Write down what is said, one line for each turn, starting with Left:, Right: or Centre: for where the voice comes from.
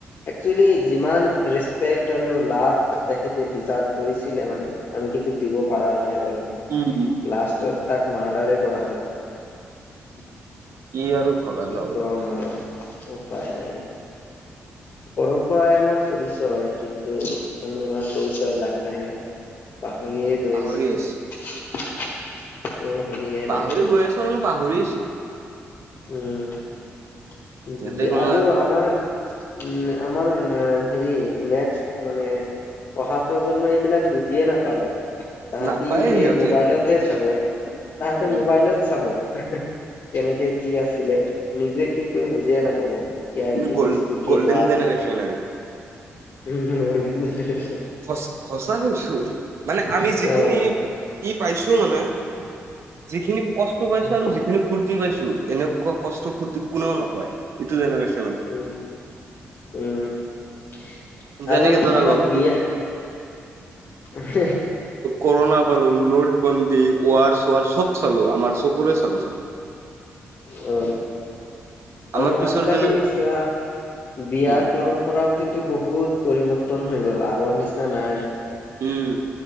Left: একচলি যিমান ৰেচপেক্ট আৰু লাভ <unintelligible> তেখতে ডিজাভ কৰিছিলে মানে আমি কিন্তু দিব পাৰা নাই বাৰু
Right: উম,
Left: লাষ্টত <unintelligible> তাক মাৰ্ডাৰেই কৰা হ'ল <unintelligible>
Right: কি আৰু ঘৰত
Left: কি
Right: যাব
Left: কম আৰু আৰু উপায় নাই পৰম্পৰা আমাৰ পৰিচয় কিন্তু <unintelligible> আমি আমাৰ পৰিচয় লাহে লাহে পাহৰিয়ে গৈ
Right: পাহৰি
Left: আছো
Right: আহিছো
Left: একো হেৰিয়ে
Right: পাহৰি
Left: নাই
Right: গৈ আছো মানে পাহৰি আহিছো
Left: উম
Right: সিহঁতে
Left: বুজি
Right: কোনো
Left: আৰু আমাৰ উম আমাৰ হেৰি নেক্স মানে অহা প্ৰজন্মই এইবিলাক বুজিয়ে নাপাব তাহাঁতি
Right: নাপায়ে সিহঁতে
Left: এই মোবাইলতহে চাব তাহাঁতি
Right: উম
Left: মোবাইলত চাব কেনেকে কি আছিলে নিজে কিন্তু বুজিয়ে নাপাব। ইয়াৰ
Right: আমি
Left: কি
Right: গ'ল
Left: বস্তু কি
Right: গ'ল্ডেন
Left: সোৱাদ
Right: জেনেৰেশ্যন আমি
Left: <unintelligible>
Right: সচ সঁচা কৈছো মানে আমি যিখিনি
Left: অ',
Right: কি পাইছো মানে <unintelligible> যিখিনি কষ্ট পাইছো
Left: উম,
Right: আৰু যিখিনি ফূুৰ্তি পাইছো এনেকুৱা কষ্ট ফূৰ্তি কোনেও নাপাই এইটো জেনেৰেচন <unintelligible>
Left: উম উম <unintelligible>
Right: যেনেকে
Left: আৰু
Right: ধৰা
Left: আমাৰ
Right: লক
Left: বিয়া <unintelligible>
Right: কৰুণা ভালু নোটবন্দী ৱাৰ চৱাৰ চব চালো আমাৰ চপৰে চালো চব <unintelligible>
Left: অ
Right: আমাৰ
Left: আৰু
Right: পিছৰ
Left: আজিকালি
Right: যেনে
Left: বিয়াৰ
Right: উম
Left: পৰম্পৰাও কিন্তু বহুত <unintelligible> পৰিৱৰ্তন হৈ গ'ল আগৰ নিচিনা নাই
Right: উম